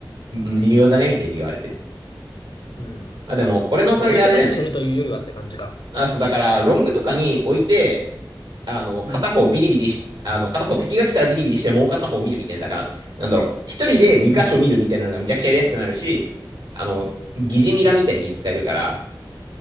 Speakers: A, on the right; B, on the left.
A: う、微妙じゃねみたいに言われてる。
B: うん。
A: あ、でも、これのおかげであれだよね。
B: まあ、置いて何するというよりはって感じか。
A: あ、そう、だから、ロングとかに置いて、あの、片方ビリビリし、
B: うん。
A: あの、片方敵が来たらビリビリして、もう片方見るみたいな、だから、なんだろう、一人で二箇所見るみたいなのがめちゃくちゃやりやすくなるし、
B: うん。
A: あの、疑似ミラみたいに使えるから、